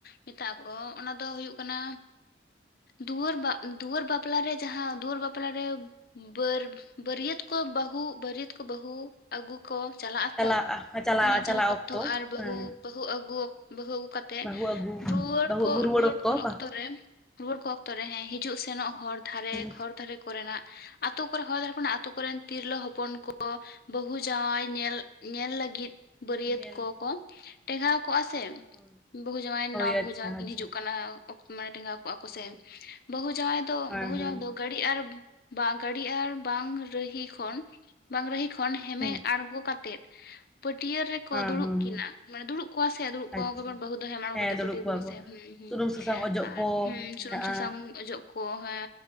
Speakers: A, on the left; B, in the centre.
A: ᱢᱮᱛᱟᱜ ᱠᱚ? ᱚᱱᱟ ᱫᱚ ᱦᱩᱭᱩᱜ ᱠᱟᱱᱟ ᱫᱩᱣᱟᱹᱨ, ᱫᱩᱣᱟᱹᱨ ᱵᱟᱯᱞᱟ ᱨᱮ ᱡᱟᱦᱟᱸ ᱫᱩᱣᱟᱹᱨ ᱵᱟᱯᱞᱟ ᱨᱮ ᱵᱟᱹᱨ ᱵᱟᱹᱨᱭᱟᱹᱛ ᱠᱚ ᱵᱟᱹᱦᱩ, ᱵᱟᱹᱨᱭᱟᱹᱛ ᱠᱚ ᱵᱟᱹᱦᱩ ᱟᱹᱜᱩ ᱠᱚ ᱪᱟᱞᱟᱜ-ᱟ
B: ᱪᱟᱞᱟᱜᱼᱟ
A: ᱛᱚ,
B: ᱪᱟᱞᱟᱜ
A: ᱚᱱᱮ
B: ᱪᱟᱞᱟᱜ
A: ᱡᱟᱞ ᱚᱠᱛᱚ ᱟᱨ ᱵᱟᱹᱦᱩ
B: ᱦᱮᱸ
A: ᱵᱟᱹᱦᱩ ᱟᱹᱜᱩ ᱵᱟᱹᱦᱩ ᱟᱹᱜᱩ ᱠᱟᱛᱮ ᱛᱮ
B: ᱵᱟᱹᱦᱩ ᱟᱹᱜᱩ
A: ᱨᱩᱣᱟᱹᱲ
B: ᱵᱟᱹᱦᱩ
A: ᱠᱚ
B: ᱟᱹᱜᱩ
A: ᱨᱩᱣᱟᱹᱲ
B: ᱵᱟ
A: ᱚᱠᱛᱚ ᱨᱮ ᱨᱩᱣᱟᱹᱲ ᱠᱚ ᱚᱠᱛᱚ ᱨᱮ ᱦᱮᱸ ᱦᱤᱡᱩᱜ ᱥᱮᱱᱚᱜ ᱦᱚᱨ ᱫᱷᱟᱨᱮ
B: ᱦᱮᱸ
A: ᱦᱚᱨ ᱫᱷᱟᱨᱮ ᱠᱚᱨᱮ ᱱᱟᱜ ᱟᱛᱳ ᱠᱚᱨᱮ ᱦᱚᱲ ᱠᱚᱨᱮᱱ ᱛᱤᱨᱞᱟᱹ ᱦᱚᱯᱚᱱ ᱠᱚ ᱠᱚ ᱵᱟᱹᱦᱩ ᱡᱟᱶᱟᱭ ᱧᱮᱞ ᱧᱮᱞ ᱞᱟᱹᱜᱤᱫ ᱵᱟᱹᱨᱭᱟᱹᱛ
B: ᱧᱮᱞ
A: ᱠᱚᱠᱚ ᱴᱮᱜᱟᱣ ᱠᱚᱜᱼᱟ ᱥᱮ
B: ᱦᱳᱭ
A: ᱵᱟᱹᱦᱩ ᱡᱟᱶᱟᱭ
B: ᱦᱳᱭ
A: ᱱᱟᱶᱟ
B: ᱟᱪᱪᱷᱟ
A: ᱵᱟᱹᱦᱩ ᱡᱟᱶᱟᱭ ᱠᱤᱱ
B: ᱟᱪᱪᱷᱟ
A: ᱦᱤᱡᱩᱜ ᱠᱟᱱᱟ ᱢᱟᱱᱮ ᱴᱮᱸᱜᱟᱣ ᱠᱚᱣᱟᱜ
B: ᱦᱳᱭ
A: ᱥᱮ, ᱵᱟᱹᱦᱩ ᱡᱟᱶᱟᱭ ᱫᱚ
B: ᱦᱮᱸ
A: ᱵᱟᱹᱦᱩ
B: ᱦᱮᱸ
A: ᱡᱟᱶᱟᱭ ᱫᱚ ᱜᱟᱹ ᱜᱟᱹᱰᱤ ᱟᱨ ᱜᱟᱹᱰᱤ ᱟᱨ ᱵᱟᱝ ᱨᱟᱹᱦᱤ ᱠᱷᱚᱱ ᱵᱟᱝ ᱨᱟᱦᱤ ᱠᱷᱚᱱ ᱦᱮᱢᱮ
B: ᱦᱮᱸ
A: ᱟᱬᱜᱚ ᱠᱟᱛᱮᱜ ᱯᱟᱹᱴᱭᱟᱹ ᱨᱮᱠᱚ
B: ᱦᱮᱸ
A: ᱫᱩᱲᱩᱵ
B: ᱦᱮᱸ
A: ᱠᱤᱱ ᱟ ᱫᱩᱲᱩᱵ ᱠᱚᱣᱟ ᱥᱮ ᱫᱩᱲᱩᱵ ᱠᱚᱶᱟ
B: ᱟᱪᱪᱷᱟ
A: ᱵᱟᱦᱩ ᱫᱚ ᱦᱮᱢ ᱟᱬᱜᱚ
B: ᱦᱮᱸ
A: ᱠᱟᱛᱮᱜ
B: ᱫᱩᱲᱩᱵ
A: ᱯᱟᱹᱴᱤᱭᱟᱹ
B: ᱠᱚᱣᱟ
A: ᱦᱩᱸ
B: ᱠᱚ
A: ᱦᱩᱸ
B: ᱥᱩᱱᱩᱢ ᱥᱟᱥᱟᱝ ᱚᱡᱚᱜ
A: ᱟᱨ
B: ᱠᱚ
A: ᱦᱩᱸ
B: ᱢᱮᱱᱟᱜᱼᱟ
A: ᱥᱩᱱᱩᱢ ᱥᱟᱥᱟᱝ ᱚᱡᱚᱜ ᱠᱚ ᱦᱮᱸ